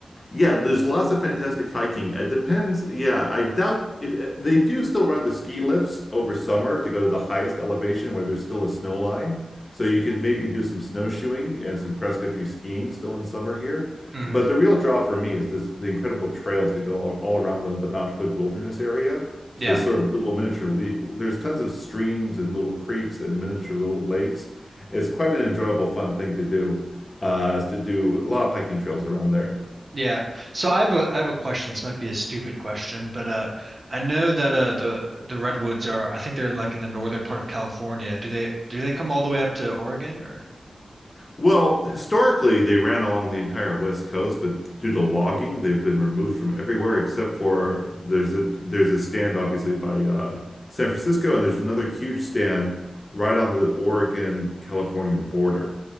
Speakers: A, on the left (about 40°); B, on the right (about 45°).
A: Yeah, there's lots of fantastic hiking. It depends. Yeah, I doubt if eh, they do still run the ski lifts over summer to go to the highest elevation where there's still a snow line. So you can maybe do some snowshoeing and some cross-country skiing still in summer here.
B: hmm
A: But the real draw for me is this, the incredible trails that go all, all around the, the Mount Hood Wilderness area
B: Yeah,
A: to sort of little miniature le there's tons of streams and little creeks and miniature little lakes. It's quite an enjoyable, fun thing to do, uh, is to do a lot of hiking trails around there.
B: Yeah. So I have a I have a question. This might be a stupid question, but uh I know that uh the the redwoods are I think they're like in the northern part of California. Do they do they come all the way up to Oregon or?
A: Well, historically, they ran along the entire West Coast, but due to logging, they've been removed from everywhere except for there's a there's a stand obviously by uh, San Francisco, and there's another huge stand right on the Oregon-California border.